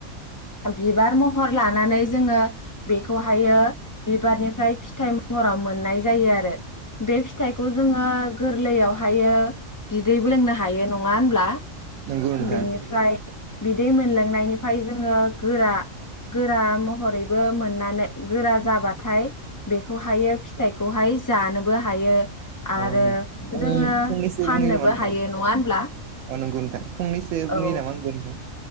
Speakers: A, on the left; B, on the right.
A: बिबार महर लानानै जोङो बेखौहायो बिबारनिफ्राय फिथाइ महराव मोननाय जायो आरो बे फिथाइखौ जोङो गोरलैयावहायो बिदै बो लोंनो हायो नङा होनब्ला
B: नंगौ नोंथां
A: बेनिफ्राय बिदै मोनलोंनायनिफाय जोङो गोरा गोरा महरैबो मोननानै गोरा जाबाथाय बेखौहायो फिथाइखौहाय जानोबो हायो
B: अ
A: आरो
B: आं
A: जोङो
B: फंनैसो
A: फाननोबो
B: बुंनि नामा नोंथां
A: हायो नङा होनब्ला
B: अ नंगौ नोंथां फंनैसो बुंङो
A: औ
B: नामा आगोन नोंथां।